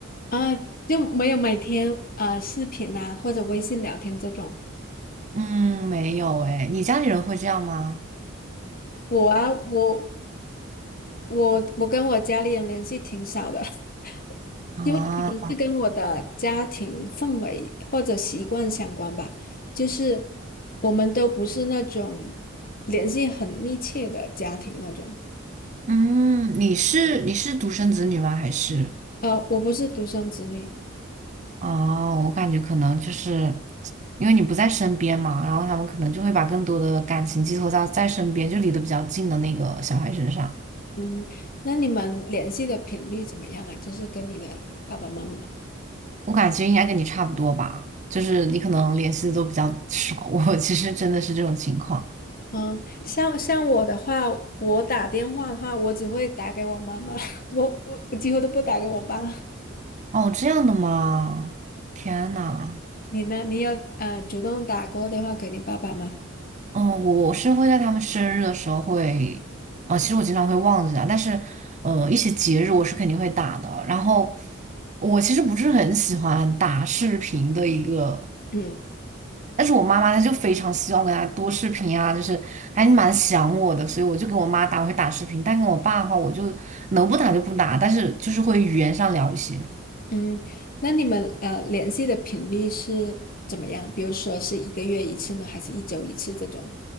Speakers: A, on the left (about 45°); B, on the right (about 35°).
A: 啊，就没有每天啊、呃视频啊或者微信聊天这种。
B: 嗯，没有诶，你家里人会这样吗？
A: 我啊，我我我跟我家里人联系挺少的，<laughs>
B: 啊，
A: 因为可能是跟我的家庭氛围或者习惯相关吧。就是我们都不是那种联系很密切的家庭那种。
B: 嗯，你是你是独生子女吗？还是？
A: 呃，我不是独生子女。
B: 哦，我感觉可能就是因为你不在身边嘛，然后他们可能就会把更多的感情寄托到在身边，就离得比较近的那个小孩身上。
A: 嗯，那你们联系的频率怎么样啊？就是跟你的爸爸妈妈。
B: 我感觉应该跟你差不多吧，就是你可能联系的都比较 <laughs> 少，我其实真的是这种情况。
A: 嗯，像像我的话，我打电话的话，我只会打给我妈妈，<laughs> 我我我几乎都不打给我爸。
B: 哦，这样的吗？天呐，
A: 你呢？你有呃主动打过电话给你爸爸吗？
B: 嗯，我是会在他们生日的时候会，哦，其实我经常会忘记啊，但是，呃，一些节日我是肯定会打的。然后，我其实不是很喜欢打视频的一个。
A: 嗯
B: 但是我妈妈她就非常希望跟她多视频啊，就是还蛮想我的，所以我就跟我妈打会打视频，但跟我爸的话，我就能不打就不打，但是就是会语言上聊一些。
A: 嗯，那你们呃联系的频率是怎么样？比如说是一个月一次呢，还是一周一次这种？